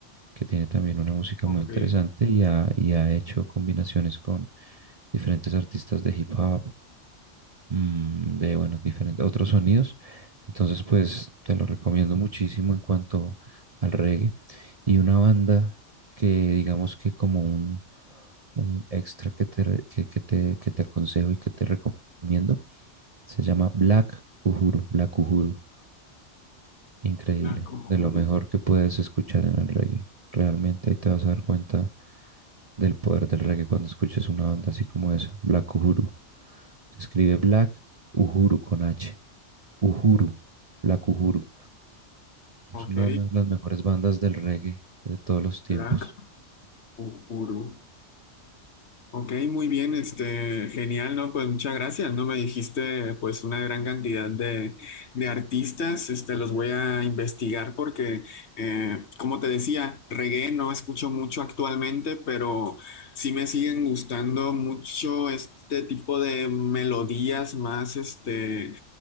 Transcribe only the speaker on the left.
Ok,
Black Uhuru.
Ok,
Black Uhuru. Ok, muy bien, este, genial, ¿no? Pues muchas gracias, ¿no? Me dijiste pues una gran cantidad de, de artistas, este, los voy a investigar porque, eh, como te decía, reggae no escucho mucho actualmente, pero sí me siguen gustando mucho este tipo de melodías más, este,